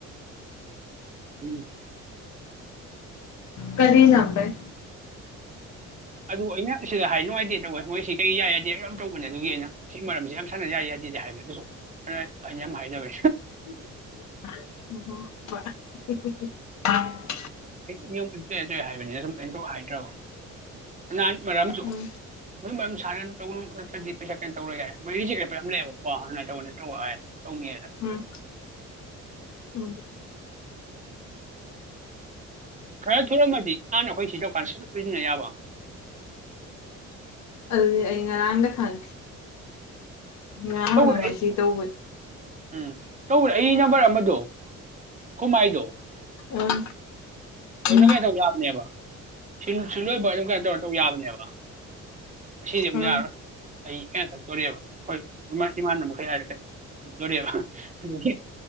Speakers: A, on the right; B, on the left.
A: ꯎꯝ <unintelligible>
B: ꯀꯔꯤ ꯂꯝꯗꯩ
A: ꯑꯗꯨ ꯑꯩꯅ ꯁꯤꯗ ꯍꯥꯏ ꯅꯨꯡꯉꯥꯏꯇꯦ ꯇꯧꯕ ꯃꯣꯏꯁꯤ ꯀꯩ ꯌꯥꯏ ꯌꯥꯗꯦ ꯑꯗꯨ ꯌꯥꯝ ꯇꯧꯕꯅꯦ ꯑꯗꯨꯒꯤ ꯑꯩꯅ ꯁꯤꯒꯤ ꯃꯔꯝꯁꯤ ꯌꯥꯝ ꯁꯥꯟꯅ ꯌꯥꯏ ꯌꯥꯗꯦ ꯍꯥꯏꯕꯅꯦ ꯑꯗꯨꯁꯨ ꯑꯩꯅ ꯌꯥꯝ ꯍꯥꯏꯗꯕ
B: ꯑꯣ ꯍꯣ ꯍ <unintelligible>
A: ꯗꯤ ꯆ ꯆꯩ ꯍꯥꯏꯕꯅꯤꯅ ꯁꯨꯝ ꯂꯩꯅꯊꯣꯛ ꯍꯥꯏꯗ꯭ꯔꯕ ꯅꯍꯟ ꯃꯔꯛꯑꯝꯁꯨ
B: ꯎꯝ
A: <unintelligible> ꯑꯗꯨꯝ ꯃꯔꯝ ꯁꯥꯟꯅ ꯇꯧꯒꯅꯣ ꯅꯠꯇ꯭ꯔꯗꯤ ꯄꯩꯁꯥ ꯀꯩꯅꯣ ꯇꯧꯔꯣꯏ ꯀꯥꯏꯅ ꯃꯣꯏ ꯔꯤ ꯆꯤꯛꯄ ꯌꯥꯝ ꯂꯩꯌꯦꯕꯀꯣ ꯑꯗꯨꯅ ꯇꯧꯕ ꯅꯠꯇ꯭ꯔꯧꯕ ꯇꯧꯅꯤꯅ
B: ꯎꯝ ꯎꯝ
A: ꯈꯔ ꯊꯨꯔꯝꯃꯗꯤ ꯅꯍꯥꯟꯅ ꯑꯩꯈꯣꯏ ꯊꯤꯗꯧꯀꯥꯟꯗ ꯁꯥꯖꯠ ꯁꯤꯖꯤꯟꯅ ꯌꯥꯕ
B: <inaudible> <unintelligible> ꯑꯗꯨꯅꯦ ꯑꯩ ꯥꯉꯔꯥꯡꯗꯪ ꯈꯪꯉꯦ ꯉꯔꯥꯡꯂ
A: ꯇꯧꯕꯗꯤ
B: ꯉꯥꯁꯤ
A: ꯑꯩ
B: ꯇꯧꯕꯁꯦ
A: ꯎꯝ ꯇꯧꯕꯅꯦ ꯑꯩ ꯅꯝꯕꯔ ꯑꯃꯗꯣ ꯑꯩꯈꯣꯏ ꯃꯥꯏꯗꯣ
B: ꯎꯝ
A: ꯇꯧꯅꯤꯡꯉꯥꯏꯗꯣ
B: ꯎꯝ
A: ꯇꯧꯕ ꯌꯥꯕꯅꯦꯕ ꯁꯤꯝ ꯁꯤꯂꯣꯏꯕ ꯑꯗꯨꯝꯀꯥꯟꯗ ꯀꯩꯅꯣ ꯇꯧꯕ ꯌꯥꯕꯅꯦꯕ ꯑꯁꯤꯗꯤ ꯑꯃꯨꯛ
B: ꯎꯝ
A: ꯌꯥꯔꯣꯏ ꯑꯩ ꯀꯩꯅꯣ ꯆꯠꯇꯣꯔꯦꯕ ꯍꯣꯏ ꯏꯃꯥꯅ ꯏꯃꯥꯅ ꯍꯧꯔꯦꯟ ꯍꯥꯏꯔꯛꯀꯥꯅꯤ ꯈꯨꯟꯗꯨꯔꯤꯌꯦꯕ ꯑꯗꯨꯒꯤ